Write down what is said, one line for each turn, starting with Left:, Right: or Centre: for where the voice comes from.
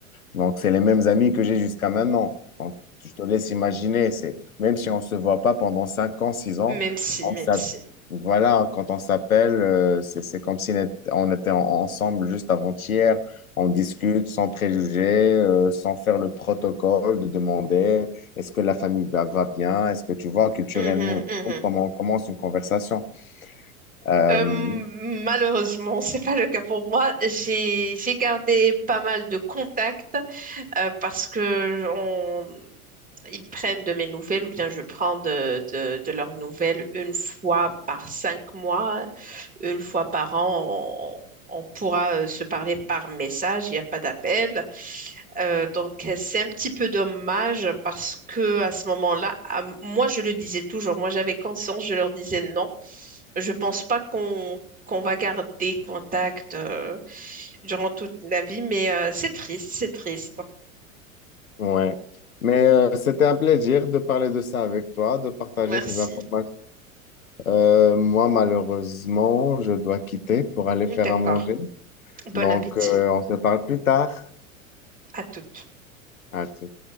Left: Donc, c'est les mêmes amis que j'ai jusqu'à maintenant. Donc, je te laisse imaginer, c'est même si on ne se voit pas pendant 5 ans, six ans,
Right: Même si,
Left: on
Right: même
Left: s'app-
Right: si.
Left: voilà, quand on s'appelle, euh, c'est c'est comme si on était on était en- ensemble juste avant-hier. On discute sans préjugés, euh, sans faire le protocole de demander est-ce que la famille va va bien? Est-ce que tu vois culturellement
Right: Mhm, mhm.
Left: comment on commence une conversation? Euh,
Right: Euh, malheureusement, c'est pas le cas pour moi. J'ai, j'ai gardé pas mal de contacts euh, parce que on, ils prennent de mes nouvelles ou bien je prends de, de, de leurs nouvelles une fois par cinq mois, une fois par an. On, on pourra euh, se parler par message, il n'y a pas d'appel. Euh, donc, euh, c'est un petit peu dommage parce que à ce moment-là, à- moi, je le disais toujours, moi, j'avais conscience, je leur disais non. Je pense pas qu'on qu'on va garder contact euh, durant toute la vie, mais euh, c'est triste, c'est triste.
Left: ouais. Mais euh, c'était un plaisir de parler de ça avec toi, de partager
Right: Merci.
Left: ces informations. Euh, moi, malheureusement, je dois quitter pour aller faire
Right: D'accord.
Left: à manger.
Right: Bon
Left: Donc,
Right: appétit
Left: euh, on se parle plus tard.
Right: à toutes.
Left: À tout.